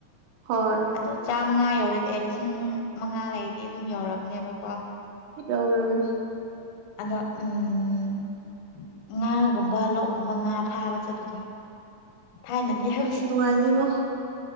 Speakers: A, on the right; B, on the left.
A: ꯍꯣꯏ
B: ꯑꯗꯨ ꯆꯥꯝꯃꯉꯥ ꯌꯧꯔꯗꯤ ꯑꯦ ꯂꯤꯁꯤꯡ ꯃꯉꯥ ꯂꯩꯔꯗꯤ ꯑꯗꯨꯝ ꯌꯧꯔꯕꯅꯦꯕꯀꯣ
A: ꯗꯧꯔꯕꯅꯤ
B: ꯑꯗꯣ ꯎꯝ ꯉꯥꯒꯨꯝꯕ ꯂꯣꯛꯀꯨꯝꯕ ꯉꯥ ꯐꯥꯕ ꯆꯠꯄꯗꯣ ꯊꯥꯏꯅ ꯗꯤ ꯍꯥꯏꯕꯗꯤ
A: ꯑꯁ ꯅꯨꯡꯉꯥꯏꯅꯤꯉꯣ